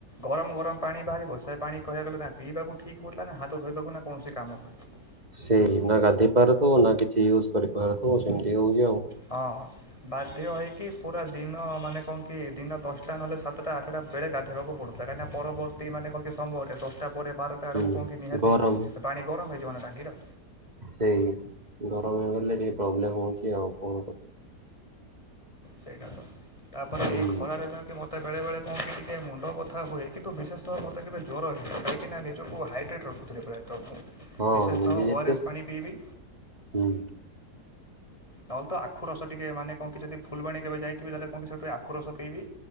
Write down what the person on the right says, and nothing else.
ସେଇ ନା ଗାଧୋଇ ପାରୁଥିବ ନା କିଛି ୟୁଜ କରିପାରୁଥିବ ସେମିତି ହଉଛି ଆଉ।
ହୁଁ
ଗରମ
ସେଇ ଗରମ ହେଇଗଲେ ଟିକେ ପ୍ରୋବ୍ଲେମ୍ ହେଉଛି ଆଉ କଣ କରିବି
ହୁଁ
ହଁ
ନିଦେ ଯେତେ
ହୁଁ